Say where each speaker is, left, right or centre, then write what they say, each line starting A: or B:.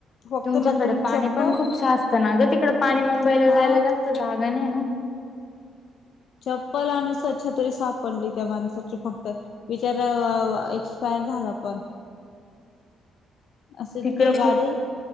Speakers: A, on the left (about 65°); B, on the left (about 45°).
A: फक्त
B: तुमच्याकडे
A: नंतर
B: पाणी
A: चप्पल
B: पण खूप साचतं ना गं तिकडे पाणी मुंबईला
A: हा
B: जायला जास्त जागा नाही ना
A: चप्पल आणि स्वच्छ तरी सापडली त्या माणसाची फक्त बिचारा अ एक्सपायर झाला पण
B: <inaudible>
A: असं इतके
B: तिकड
A: गाडी,
B: खूप